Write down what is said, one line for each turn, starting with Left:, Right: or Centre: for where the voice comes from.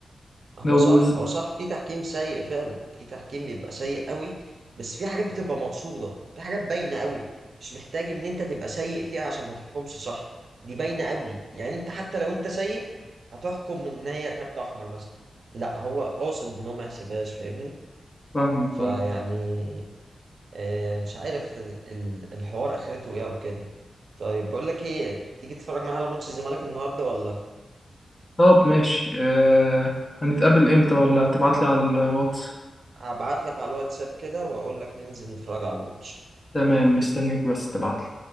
Right: هو
Left: لو
Right: صح
Left: وز-
Right: هو صح في تحكيم سيء فعلا في تحكيم بيبقى سيء قوي بس في حاجات بتبقى مقصوده في حاجات باينه قوي مش محتاج ان انت تبقى سيء فيها عشان ما تحكمش صح دي باينه قوي يعني انت حتى لو انت سيء هتحكم ان هي كارت احمر مثلا لا هو قاصد ان هو ما يحسبهاش فاهمني
Left: فاهمك
Right: فيعني
Left: اه
Right: آه، مش عارف ال- ال- الحوار اخرته ايه او كده طيب بقول لك ايه تيجي تتفرج معايا على ماتش الزمالك النهارده ولا
Left: طب ماشي أه... هنتقابل امتى ولا تبعتلي على الواتس
Right: هبعت لك على الواتساب كده واقول لك ننزل نتفرج على الماتش
Left: تمام مستنيك بس تبعتلي